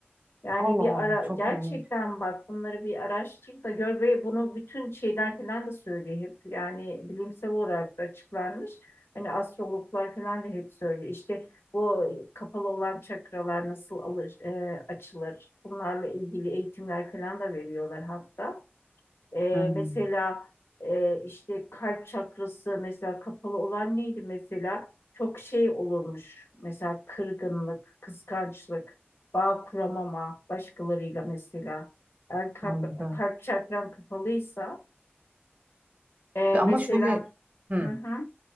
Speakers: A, on the left; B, on the right.
A: Yani
B: Allah
A: bir
B: Allah
A: ara
B: çok
A: gerçekten
B: ilginç.
A: bak bunları bir araştır da gör ve bunu bütün şeyler falan da söylüyor hep. Yani bilimsel olarak da açıklanmış. Hani astrologlar falan da hep söylüyor. İşte bu kapalı olan çakralar nasıl alır, e, açılır? Bunlarla ilgili eğitimler falan da veriyorlar hatta. Ee,
B: Hmm.
A: mesela e, işte kalp çakrası mesela kapalı olan neydi mesela? Çok şey olurmuş. Mesela kırgınlık, kıskançlık, bağ kuramama başkalarıyla mesela. Eğer kalp,
B: Anladım.
A: kalp çakran kapalıysa e, mesela
B: Ama şöyle Hı.
A: hı hı,